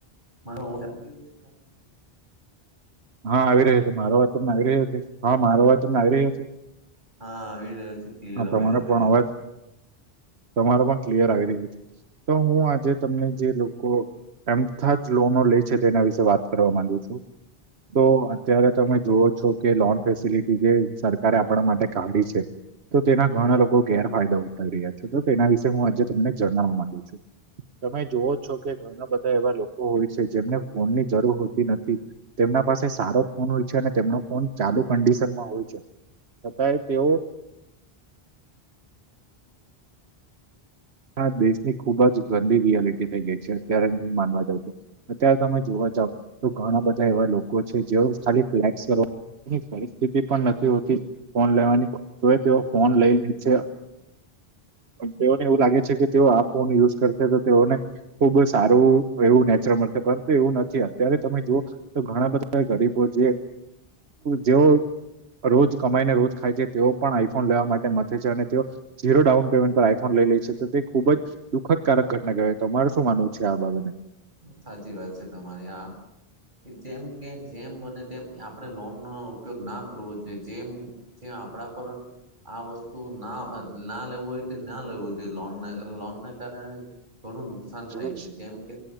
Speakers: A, on the right; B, on the right.
A: મારો અવાજ રહયો છે તમને‌?
B: હા આવી રહ્યો છે. મારો વાત તને આવી રહ્યો છે? હા મારો વાતને આવી રહ્યો છે?
A: હા આવી રહ્યો છે ક્લિયર
B: હ તમારો
A: અવાજ આવી
B: પણ
A: રહ્યો
B: અવાજ તમારા પણ ક્લિયર આવી રહલું છે. તો હું આજે તમને જે લોકો એમથા જ લોનો લે છે તેના વિશે વાત કરવા માંગુ છું. તો અત્યારે તમે જોવ છો કે લોન ફેસિલિટી જે સરકારે આપણા માટે કાઢી છે. તો તેના ઘણા લોકો ગેરફાયદા ઉઠાઈ રહ્યા છે. તો તેના વિશેે હું આજે તમને જણાવવા માંગુ છું. તમે જોવો છો કે ઘણા બધા એવા લોકો હોય છે. જેમને ફોનની જરૂર હોતી નથી. તેમના પાસે સારો ફોન હોય છે અને તેમનો ફોન ચાલુ કન્ડિશનમાં હોય છે. છતાંય તેઓ હા દેશની ખુબ જ ગંદી રિયાલિટી થઈ ગઈ છે. અત્યારે હું માનવા જાઉં છું. અત્યારે તમે જોવા જાવ તો ઘણા બધા એવા લોકો છે જે ખાલી ફ્લેક્સ કરવા એની પરિસ્થિતિ પણ નથી હોતી ફોન લેવાની તો એ તેઓ ફોન લઈ લે છે. તેઓને એવું લાગે છે કે તેઓ આ ફોન યુઝ કરશે તો તેઓને ખુબ સારું એવું નેચરલ મળતે પરંતુ એવું નથી. અત્યારે તમે જુઓ તો ઘણા બધા ગરીબો જે જેવો રોજ કમાઈને રોજ ખાય છે. તેઓ પણ આઈફોન લેવા માટે મથે છે અને તેઓ જીરો ડાઉન પેમેન્ટ પર આઈફોન લઈ લઈ છે તો તે ખુબ જ દુઃખદકારક ઘટના કહેવાય. તમારે શું માનવું છે આ બાબતેને?
A: સાચી વાત છે તમારી આ. કે જેમ કે જેમ બને તેમ આપણે લોનનો ઉપયોગ ના કરવો જોઈએ. જેમ જેમ આપણા પર આ વસ્તુ ના ના લેવું હોય તો ના લેવું જોઈએ. લોન લોનને કારણે ઘણું નુકસાન થાય
B: હમ
A: છે. જેમ કે